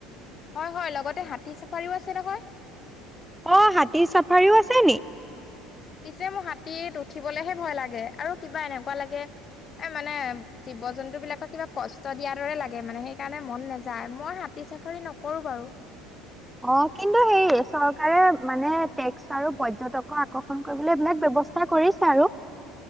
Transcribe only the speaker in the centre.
অ', হাতী চাফাৰীও আছে নি?
অ', কিন্তু হেৰি চৰকাৰে মানে টেক্স আৰু পৰ্যটকৰ আকৰ্ষণ কৰিবলৈ এইবিলাক ব্যৱহাৰ ব্যৱস্থা কৰিছে আৰু।